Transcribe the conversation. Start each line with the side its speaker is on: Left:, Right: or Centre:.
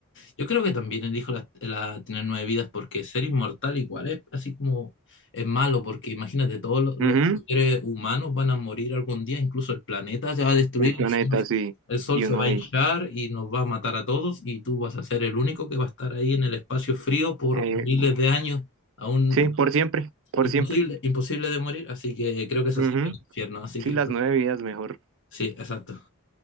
Left: Yo creo que también elijo la, la- tener nueve vidas porque ser inmortal igual es así como es malo porque imagínate todos los, los
Right: Ujú,
Left: seres humanos van a morir algún día, incluso el planeta se va a destruir,
Right: El planeta,
Left: el sol,
Right: sí,
Left: el sol
Right: y
Left: se
Right: uno
Left: va a
Right: ahí.
Left: hinchar y nos va a matar a todos y tú vas a ser el único que va a estar ahí en el espacio frío por
Right: Eh,
Left: miles de años, aún
Right: sí, por siempre, por
Left: imposible,
Right: siempre.
Left: imposible de morir, así que creo que eso
Right: Ujú,
Left: sería el infierno, así
Right: Sí,
Left: que
Right: las nueve vidas mejor.
Left: sí, exacto.